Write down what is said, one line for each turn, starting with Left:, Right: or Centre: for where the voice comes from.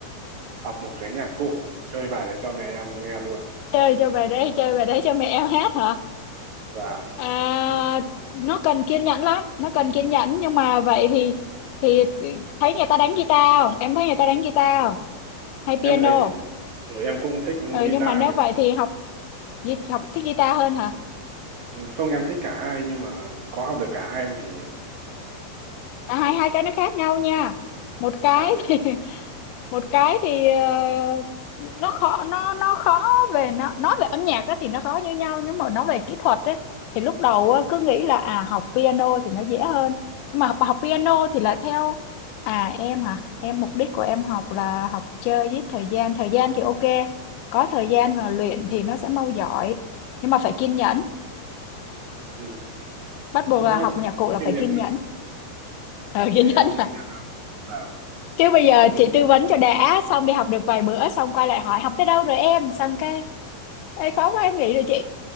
Right: học một cái nhạc cụ chơi bài để cho mẹ em nghe luôn
Left: chơi cho bài đấy chơi bài đấy cho mẹ em hát hả
Right: và
Left: à, nó cần kiên nhẫn lắm nó cần kiên nhẫn nhưng mà vậy thì thì thấy người ta đánh guitar không em thấy người ta đánh guitar không hay
Right: em
Left: piano
Right: thấy chứ rồi em cũng thích
Left: ừ,
Right: guitar
Left: nhưng mà nếu
Right: mà
Left: vậy thì học gui- học thích guitar hơn hả
Right: không em thích cả hai nhưng mà có học được cả hai không chị nhỉ
Left: à, hai hai cái nó khác nhau nha một cái
Right: à thế
Left: thì <laughs> một cái thì ờ, nó khó nó nó khó về nó nói về âm nhạc á thì nó khó như nhau nhưng mà nói về kỹ thuật ấy thì lúc đầu á, cứ nghĩ là à học piano thì nó dễ hơn nhưng mà học, học piano thì là theo à em hả em mục đích của em học là học chơi giết thời gian thời gian thì ok có thời gian
Right: đấy.
Left: mà luyện thì nó sẽ mau giỏi nhưng mà phải kiên nhẫn
Right: Ừ.
Left: bắt buộc
Right: không
Left: là
Right: sao
Left: học
Right: chị
Left: nhạc
Right: em
Left: cụ là
Right: kiên
Left: phải
Right: nhẫn
Left: kiên
Right: mà
Left: nhẫn ờ, <laughs> kiên
Right: Thế em
Left: nhẫn
Right: kiên nhẫn và
Left: chứ bây giờ
Right: cứ
Left: chị tư vấn cho đã xong đi học được vài bữa xong quay lại hỏi học tới đâu rồi em xong cái Ê, khó quá em nghĩ rồi chị